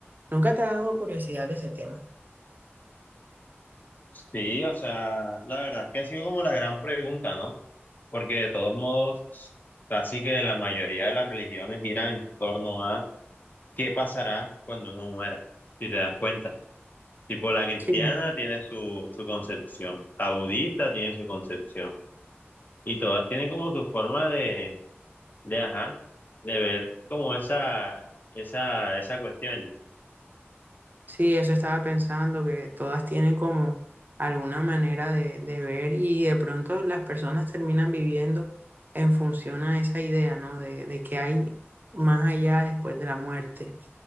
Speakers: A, on the right; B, on the left.
A: ¿Nunca te ha dado curiosidad de ese tema?
B: Sí, o sea, la verdad es que ha sido como la gran pregunta, ¿no? Porque de todos modos, casi que la mayoría de las religiones giran en torno a qué pasará cuando uno muera, si te das cuenta. Tipo, la cristiana
A: Sí.
B: tiene su, su concepción, la budista tiene su concepción, y todas tienen como su forma de, de, ajá, de ver como esa, esa, esa cuestión. ¿no?
A: Sí, eso estaba pensando, que todas tienen como alguna manera de, de ver y de pronto las personas terminan viviendo en función a esa idea, ¿no? De, de que hay más allá después de la muerte.